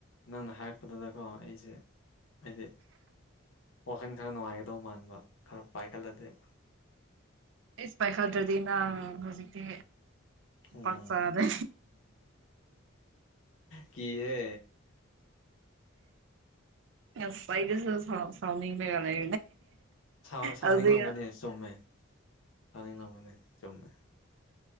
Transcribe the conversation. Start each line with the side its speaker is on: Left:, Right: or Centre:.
Left: ꯅꯪꯅ ꯍꯥꯏꯔꯛꯄꯗꯨꯗꯀꯣ ꯑꯩꯁꯦ ꯍꯥꯏꯗꯤ ꯋꯥꯈꯜ ꯈꯔ ꯅꯨꯡꯉꯥꯏꯒꯗꯧ ꯃꯥꯟꯕ ꯈꯔ ꯄꯥꯏꯈꯠꯂꯗꯤ
Right: ꯑꯦ ꯄꯥꯏꯈꯗ꯭ꯔꯗꯤ ꯅꯪ ꯍꯧꯖꯤꯛꯇꯤ
Left: ꯑꯣ
Right: ꯄꯥꯛ ꯆꯥꯗ꯭ꯔꯦ
Left: ꯀꯤꯍꯦ
Right: ꯉꯥꯁꯥꯏꯗꯁꯨ ꯁꯥꯎꯅꯤꯡꯂꯝꯅꯦ
Left: ꯁꯥꯎ ꯁꯥꯎꯅꯤꯡꯂꯝꯒꯅꯤ
Right: ꯍꯧꯖꯤꯛ
Left: ꯆꯨꯝꯃꯦ ꯁꯥꯅꯤꯡꯉꯝꯒꯅꯤ ꯆꯨꯝꯃꯦ